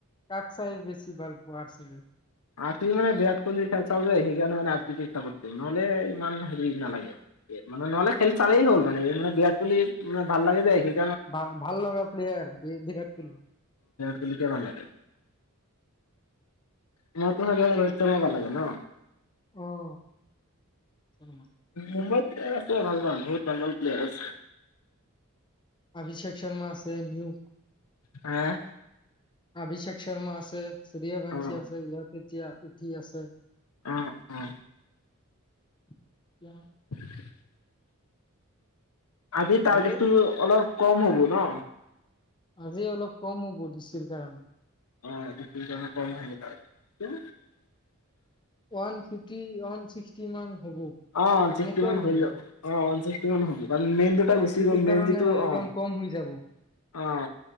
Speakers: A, on the left; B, on the left.
A: কাক চাই বেছি ভাল পোৱা আৰ চি বিৰ?
B: আৰ চি বিৰ মানে বিৰাট কোহলিৰ খেল চাওঁ যে সেইকাৰণে আৰ চি বিক চাপোৰ্ট কৰোঁ, নহ'লে ইমান হেৰি নালাগে। এ মানে নহ'লে খেল চালেই হ'ল, মানে-মানে বিৰাট কোহলি ম ভাল লাগে যে সেই
A: বা-ভাল লগা প্লেয়াৰ বি-বিৰাট কোহলি।
B: কহলিকে ভাল লাগে। তোমাৰতো চাগে ৰোহিত শৰ্মা ভাল লাগে ন?
A: অ'। <unintelligible>
B: মুম্বাইত প্লেয়াৰ আছে ভাল ভাল, বহুত ভাল ভাল প্লেয়াৰ আছে।
A: অভিষেক শৰ্মা আছে নিউক
B: আ?
A: অভিষেক শৰ্মা আছে। সূৰ্যবংশী
B: অ
A: আছে, ইয়াৰ পিত এতিয়া উঠি আছে।
B: আ, আ।
A: <unintelligible>
B: <inaudible> আজি টাৰ্গেটটো
A: ভালেই
B: অলপ। কম হ'ব ন?
A: আজি অলপ কম হ'ব দিছিল <unintelligible>
B: <unintelligible>
A: ওৱান ফিফটি- ওৱান ছিক্সটি মান। হ'ব।
B: অ, ওৱান চিক্সটি
A: এনেকুৱাই
B: মান হৈ
A: হ'ব
B: দিয়ক অ' ওৱান চিক্সটি কিমান হব? মেইন দুটা
A: আৰ
B: গুচি
A: চি
B: গ'ল,
A: বিৰ কাৰণে
B: মেইনযিটো
A: একদম
B: অ'।
A: কম হৈ যাব
B: অ,